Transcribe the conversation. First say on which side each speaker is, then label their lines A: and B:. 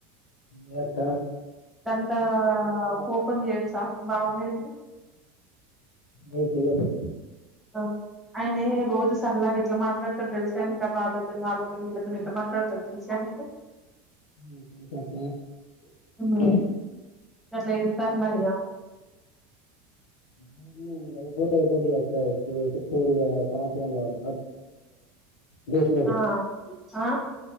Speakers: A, on the left (about 80°); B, in the centre.
A: ఏ అక్క
B: ఎంత కోపం చేయొచ్చా బావ మీదికి
A: ఏం తీయొద్దు
B: ఆ ఆయనే రోజు సరదాగా ఎట్లా మాట్లాడతాడు తెలుసుగా నీకు ఆ బాబాయితో వాళ్ళతోని వీళ్ళతో నిఎట్లా మాట్లాడతాడు తెలుసుగా నీకు
A: <unintelligible>
B: ఉమ్ గట్ల ఏరతారు మరిగా
A: అది అయిపోతే అయిపోద్ది గా అక్క <unintelligible> భీష్ముడు
B: ఆ ఆ